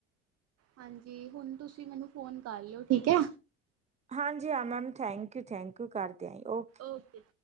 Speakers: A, on the right; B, on the right.
A: ਹਾਂਜੀ ਹੁਨ ਤੁਸੀ ਮੈਨੂੰ ਫੋਨ ਕਰ ਲਯੋ ਠੀਕ ਐ।
B: ਹਾਂਜੀ ਹਾਂ ma'am thank you thank you ਕਰਦੇ ਆਈ, ਓ
A: ਓਕੇ